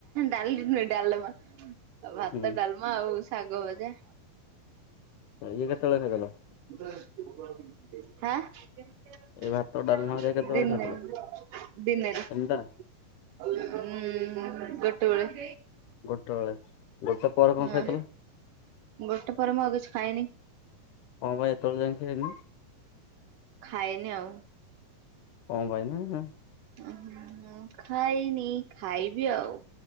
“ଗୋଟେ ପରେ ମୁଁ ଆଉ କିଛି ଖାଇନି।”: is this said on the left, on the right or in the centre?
Right